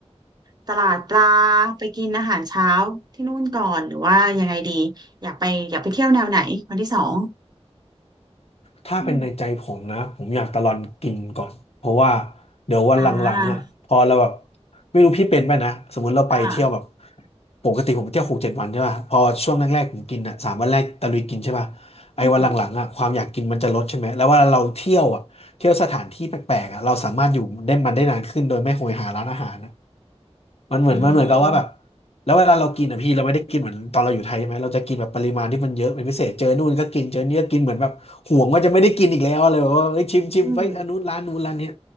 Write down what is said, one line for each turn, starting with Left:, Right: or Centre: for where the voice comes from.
Right: ตลาดปลาไปกินอาหารเช้าที่นู่นก่อนหรือว่ายังไงดีอยากไปอยากไปเที่ยวแนวไหนวันที่สอง
Left: ถ้าเป็นในใจผมนะผมอยากตะลอนกินก่อนเพราะว่า
Right: อืม
Left: เดี๋ยววันหลังๆอ่ะพอเราแบบ
Right: อ่า
Left: ไม่รู้พี่เป็นไปนะสมมุติเราไปเที่ยวแบบ
Right: อ่า
Left: ปกติผมเที่ยวหกเจ็ดวันใช่ป่ะพอช่วงแรกๆผมกินอ่ะสามวันแรกตะลุยกินใช่ป่ะไอ้วันหลังๆอ่ะความอยากกินมันจะลดใช่ไหมแล้วเว่าเราเที่ยวอ่ะเที่ยวสถานที่แปลกๆอ่ะเราสามารถอยู่ได้มันได้นานขึ้นโดยไม่โหยหาร้านอาหารนะ
Right: อืม
Left: มันเหมือนมันเหมือนกับว่าแบบ
Right: อืม
Left: แล้วเวลาเรากินอ่ะพี่เราไม่ได้กินเหมือนตอนเราอยู่ไทยใช่ไหมเราจะกินแบบปริมาณที่มันเยอะเป็นพิเศษเจอนู่นก็กินเจอนี่ก็กินเหมือนแบบห่วงว่าจะไม่ได้กินอีกแล้วอะไรแบบว่าเอ้ยชิมชิมไปอันนู้นร้านนู้นร้านเนี้ย
Right: อืม